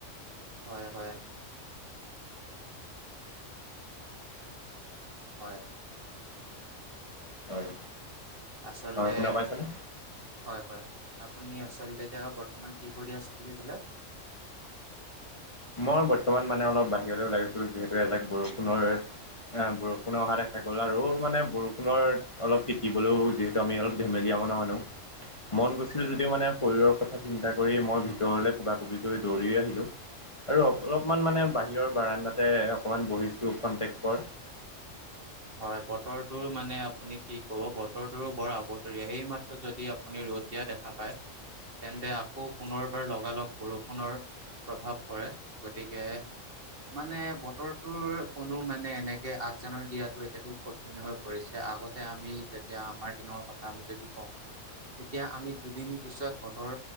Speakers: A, on the right (about 45°); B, on the left (about 25°).
A: হয়-হয় হয়
B: হয়।
A: আচলতে
B: হয় শুনা পাইছেনে?
A: হয়-হয়। আপুনি আচলতে এতিয়া বৰ্তমান কি কৰি আছোঁ বুলি ক'লে?
B: মই বৰ্তমান মানে অলপ বাহিৰলৈ গৈছিলোঁ যিহেতু এজাক বৰষুণৰ অ বৰষুণ অহা দেখা গ'ল আৰু মানে বৰষুণৰ অলপ তিতিবলৈও যিহেতু আমি অলপ ধেমেলিয়া মনৰ মানুহ মন গৈছিল যদিও মানে শৰীৰৰ কথা চিন্তা কৰি মই ভিতৰলৈ কোবা-কোবিকৈ দৌৰি আহিলো। আৰু অলপমান মানে বাহিৰৰ বাৰাণ্ডাতে অকণমান বহিছোঁ খন্তেক পৰ
A: হয় বতৰটো মানে আপুনি কি কব বতৰটোৰো বৰ আবতৰীয়া এইমাত্ৰ যদি আপুনি ৰ'দ দিয়া দেখা পায় তেন্তে আকৌ পুনৰবাৰ লগালগ বৰষুণৰ প্ৰভাৱ পৰে গতিকে মানে বতৰটোৰ কোনো মানে এনেকে আগজাননী দিয়াত এতিয়াতো কঠিন হৈ পৰিছে আগতে আমি যেতিয়া আমাৰ দিনৰ কথা আমি যদি কওঁ এতিয়া আমি দুদিন পিছত বতৰ